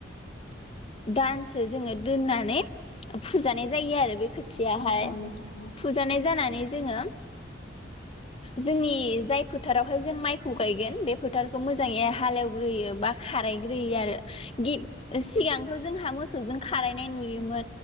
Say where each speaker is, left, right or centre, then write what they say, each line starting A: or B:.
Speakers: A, on the left; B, on the left.
A: दान सो जोङो दोननानै फुजानाय जायो आरो बे खो थियाहाय
B: औ औ नोंथां औ
A: फुजानाय जानानै जोङो जोंनि जाय फोथारावहाय जों माइखौ गायगोन बे फोथारखौ मोजाङै हालेवग्रोयो बा खारायग्रोयो आरो गि सिगांथ' जोंहा मो मोसौजों खारायनाय नुयो